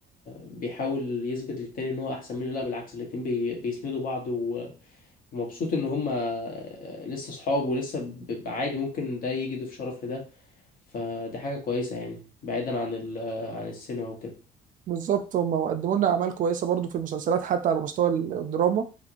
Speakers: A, on the left; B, on the right.
A: بيحاول يثبت للتاني ان هو احسن منه لا بالعكس الاتنين بي بيسندوا بعض و- ومبسوط ان هم لسه صحاب ولسه بيبقى عادي ممكن ده يجي يضيف شرف لده فدي حاجه كويسه يعني بعيدا عن ال- آه، عن السينما وكده
B: بالظبط هم قدموا لنا اعمال كويسه برضو في المسلسلات حتى على مستوى الدراما